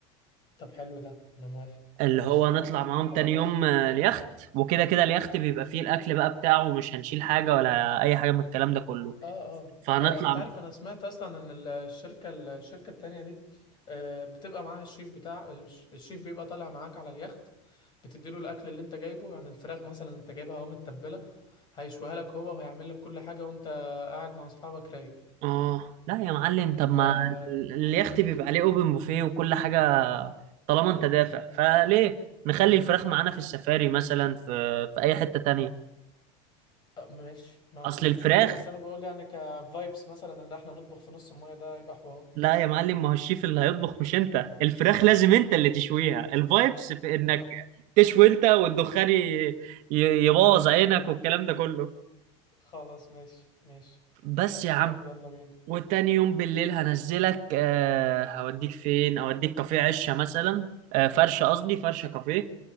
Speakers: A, on the left; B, on the right.
A: طب حلو ده انا موافق
B: اللي
A: ماشي
B: هو نطلع معاهم
A: خلاص
B: تاني يوم آه، اليخت وكده كده اليخت بيبقى فيه الأكل بقى بتاعه ومش هنشيل حاجة ولا أي حاجة من الكلام ده كله
A: اه اه
B: فهنطلع
A: آه، يعني انت عارف انا سمعت اصلا ان ال- الشركه الشركه التانية دي آه، بتبقى معاها الشيف بتاع الش- الشيف بيبقى طالع معاك على اليخت بتديله الاكل اللي انت جايبه يعني الفراخ مثلا انت جايبها اهو متبله هيشويها لك هو وهيعمل لك كل حاجه وانت قاعد مع اصحابك رايق
B: اه لا يا معلم طب
A: ف
B: ما
A: آه،
B: اليخت بيبقى عليه اوبن بوفيه وكل حاجه طالما انت دافع فليه نخلي الفراخ معانا في السفاري مثلا في في اي حته تانية
A: ماشي ما عنديش
B: اصل الفراخ
A: مشكله بس انا بقول يعني كفايبس مثلا ان احنا نطبخ في نص الميه ده هيبقى حوار
B: لا يا معلم ما هو الشيف اللي هيطبخ مش انت الفراخ لازم انت اللي تشويها الفايبس في انك
A: <laughs>
B: تشوي انت والدخان ي- ي- يبوظ عينك والكلام ده كله
A: خلاص ماشي ماشي
B: بس يا عم
A: طب يلا بينا
B: وتاني يوم بالليل هنزلك آه هوديك فين اوديك كافيه عشة مثلا آه فرشة قصدي فرشة كافيه